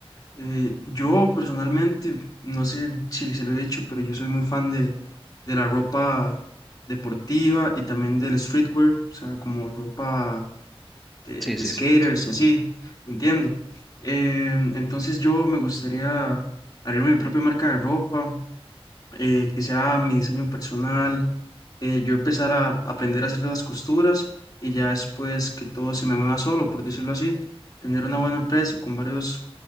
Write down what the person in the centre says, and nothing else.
Sí,
sí,
sí.